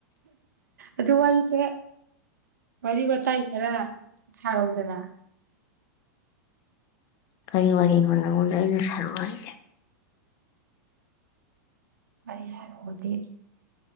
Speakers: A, on the right; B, on the left.
A: ꯑꯗꯨ ꯋꯥ ꯀꯦ ꯋꯥꯔꯤ ꯋꯥꯇꯥꯏ ꯈꯔ ꯁꯥꯔꯧꯗꯅ
B: ꯀꯔꯤ ꯋꯥꯔꯤꯅꯅꯉꯗ ꯑꯩꯅ ꯁꯥꯔꯨ ꯍꯥꯏꯁꯦ
A: ꯃꯅꯤ ꯁꯔ ꯍꯗꯤ